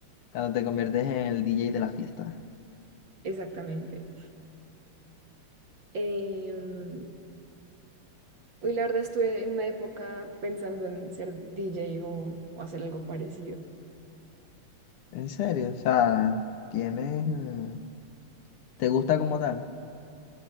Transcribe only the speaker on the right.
exactamente. Em, Hoy la verdad estuve en una época pensando en ser DJ o, o hacer algo parecido.